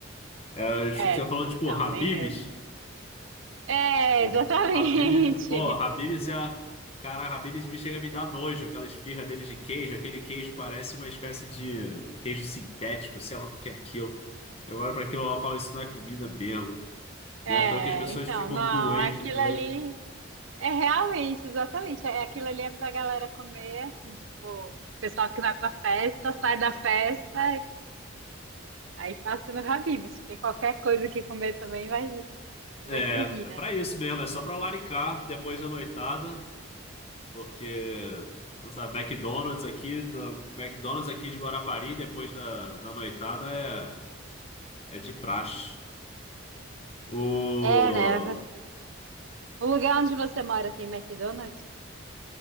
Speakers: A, on the left (about 30°); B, on the right (about 80°).
A: É, acho
B: é,
A: que você falou, tipo,
B: então,
A: Habib's.
B: nem eu. É,
A: Porra,
B: exatamente.
A: Habib, pô, Habib's
B: <laughs>
A: é a. Cara, Habib's me chega a me dar nojo, aquela esfirra deles de queijo. Aquele queijo parece uma espécie de queijo sintético, sei lá o que que é aquilo. Eu olho pra aquilo e falo, isso não é comida mesmo.
B: É,
A: Não é à toa que as pessoas
B: então,
A: ficam
B: não,
A: doentes
B: aquilo
A: hoje.
B: ali é realmente, exatamente, é, aquilo ali é pra galera comer, assim, tipo, o pessoal que vai pra festa, sai da festa Aí passa no Habib's, porque qualquer coisa que comer também vai, vai
A: É,
B: servir,
A: é
B: né?
A: pra isso mesmo, é só pra laricar depois da noitada, porque, não sabe, McDonald's aqui, do- McDonald's aqui de Guarapari, depois da, da noitada, é, é de praxe. O...
B: É, né? Você- O lugar onde você mora tem McDonald's?